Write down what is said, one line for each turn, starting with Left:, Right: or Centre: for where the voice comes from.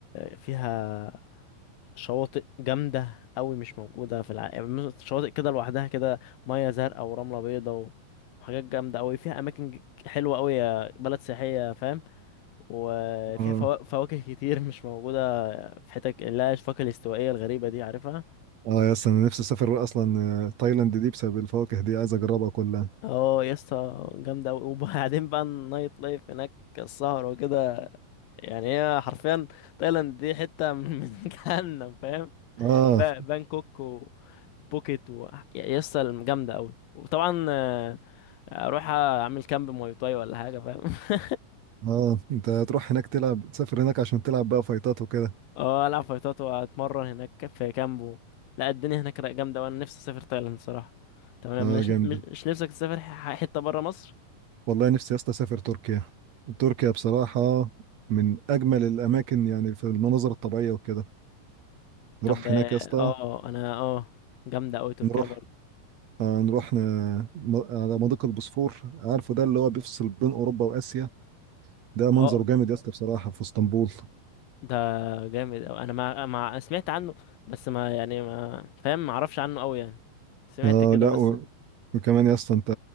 Left: فيها شواطئ جامدة قوي مش موجودة في العالم يعني شواطئ كده لوحدها كده مية زرقاء ورملة بيضاء وحاجات جامدة قوي فيها أماكن ج- حلوة قوي بلد سياحية فاهم وفيها
Right: اه
Left: فوا... فواكه كتير مش موجودة في حتت اللي هي الفاكهة الاستوائية الغريبة دي عارفها
Right: اه يا اسطى انا نفسي اسافر اصلا آه، تايلاند دي بسبب الفواكه دي عايز اجربها كلها
Left: اه يا اسطى جامدة قوي <laughs> وبعدين بقى النايت لايف هناك السهر وكده يعني هي حرفيا تايلاند دي حتة من <laughs> من جهنم فاهم
Right: اه
Left: ب- بانكوك بوكيت و يا اسطى جامده قوي وطبعا آه، اروح اعمل كامب مواي تاي ولا حاجه فاهم <laughs>
Right: اه انت هتروح هناك تلعب تسافر هناك عشان تلعب بقى فايتات وكده
Left: اه العب فايتات واتمرن هناك في كامبو لا الدنيا هناك رايقة جامده وانا نفسي اسافر تايلاند صراحه تمام
Right: اه
Left: مش
Right: جامد
Left: مش مش نفسك تسافر ح- حته بره مصر
Right: والله نفسي يا اسطى اسافر تركيا تركيا بصراحه من اجمل الاماكن يعني في المناظر الطبيعيه وكده نروح
Left: طب اه
Right: هناك يا اسطى
Left: آه، انا اه جامده قوي تركيا
Right: نروح
Left: برضه
Right: آه نروح ن... م... على مضيق البوسفور عارفه ده اللي هو بيفصل بين اوروبا واسيا ده منظره
Left: اه
Right: جامد يا اسطى بصراحه في اسطنبول
Left: ده جامد أوي. انا ما ما أنا سمعت عنه بس ما يعني ما فاهم ما اعرفش عنه قوي يعني سمعت
Right: آه
Left: كده
Right: لا
Left: بس
Right: و... وكمان يا اسطى انت